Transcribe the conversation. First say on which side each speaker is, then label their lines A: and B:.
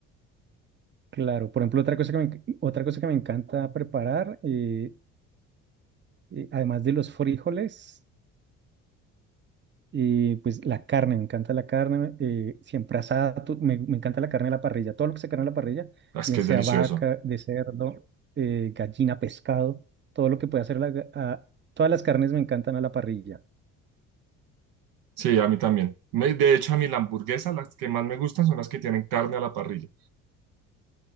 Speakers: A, on the right; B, on the right.
A: Claro, por ejemplo, otra cosa que me, enc- otra cosa que me encanta preparar, eh, eh, además de los frijoles. Y pues la carne, me encanta la carne, eh, siempre asada, to- me, me encanta la carne de la parrilla, todo lo que se carne a la parrilla,
B: Ah, Es
A: bien
B: que es
A: sea
B: delicioso.
A: vaca, de cerdo, eh, gallina, pescado, todo lo que pueda hacer la, ga- a- todas las carnes me encantan a la parrilla.
B: Sí, a mí también. Me- de hecho, a mí la hamburguesa, las que más me gustan son las que tienen carne a la parrilla.